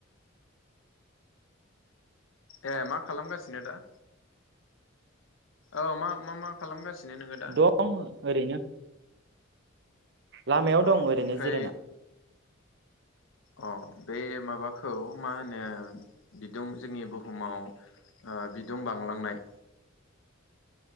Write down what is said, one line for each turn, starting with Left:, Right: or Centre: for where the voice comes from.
Left: ए मा खालामगासिनो दा? औ मा मा मा खालामगासिनो नोङो दा?
Right: दं ओरैनो लामायाव
Left: अ
Right: दं ओरैनो
Left: ओमफ्राय
Right: जिरायना
Left: अ बे माबाखौ मा होनो बिदुं जोंनि बुहुमाव बिदुं बांलांनाय